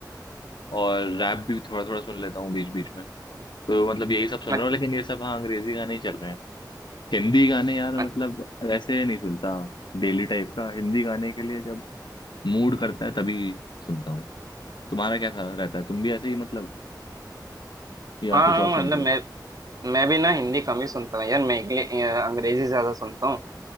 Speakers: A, on the left (about 85°); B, on the right (about 55°).
A: और रैप भी थोड़ा थोड़ा सुन लेता हूँ बीच बीच में तो मतलब यही सब सुन
B: अच-
A: रहा हूँ लेकिन ये सब हाँ अंग्रेजी गाने ही चल रहे हैं हिंदी गाने यार मतलब
B: अच-
A: ऐसे नहीं सुनता डेली टाइप का हिंदी गाने के लिए जब मूड करता है तभी सुनता हूँ तुम्हारा क्या था रहता है तुम भी ऐसे ही मतलब या
B: हाँ
A: कुछ
B: हाँ
A: और सुनते
B: मतलब
A: हो
B: मैं मैं भी ना हिंदी कम ही सुनता हूँ यार मैं इंग्लि- अ, अंग्रेजी ज्यादा सुनता हूँ